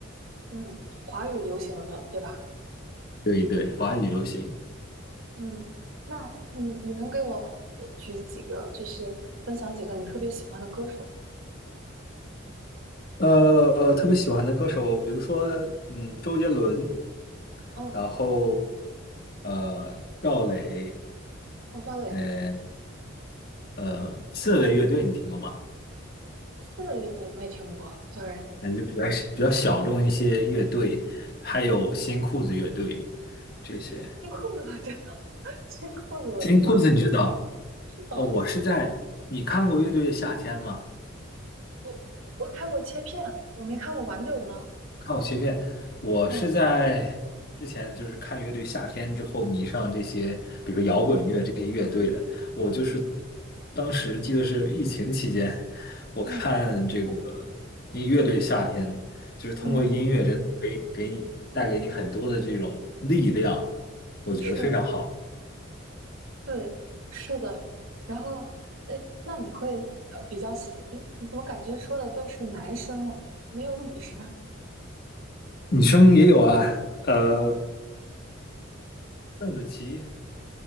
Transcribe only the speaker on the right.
嗯，华语流行的，对吧？
嗯，那嗯，你能给我呃举几个，就是分享几个你特别喜欢的歌手吗？
哦，
哦，赵磊，
刺个乐队没听过，sorry。
新裤子我知道，<laughs> 新裤子我知道。
哦，
我我看过切片，我没看过完整的。
嗯
嗯
嗯，
是，对，是的。然后，哎，那你会呃比较喜？哎，你怎么感觉说的都是男生啊，没有女生啊？
哦